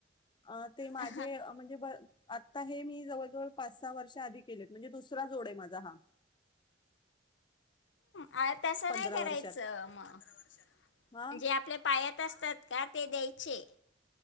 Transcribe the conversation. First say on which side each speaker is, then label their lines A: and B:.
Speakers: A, on the left; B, on the left.
A: अ ते माझे
B: हां
A: म्हणजे ब आत्ता हे मी जवळजवळ पाच सहा वर्ष आधी केलेत म्हणजे दुसरा जोड आहे माझा हा
B: अ तसं
A: पंधरा
B: नाही करायचं
A: वर्षात
B: मग
A: हा
B: जे आपल्या पायात असतात का ते द्यायचे